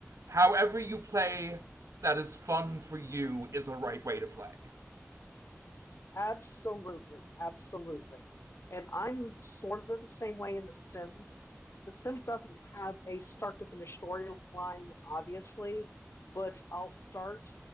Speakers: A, on the right; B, on the left.
A: however you play that is fun for you is the right way to play.
B: Absolutely, absolutely. And I'm sort of the same way in The Sims. The Sims doesn't have a start to finish storyline, obviously, but I'll start